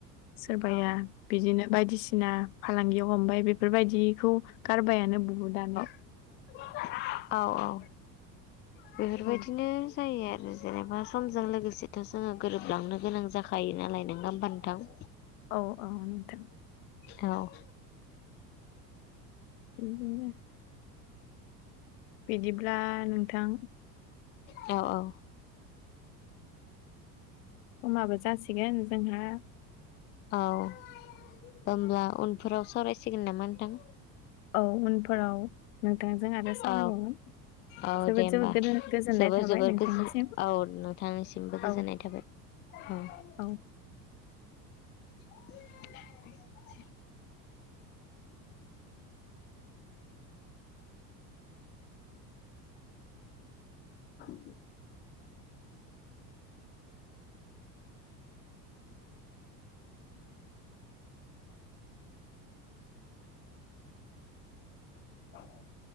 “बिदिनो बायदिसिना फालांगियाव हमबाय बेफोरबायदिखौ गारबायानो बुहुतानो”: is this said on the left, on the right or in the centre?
Left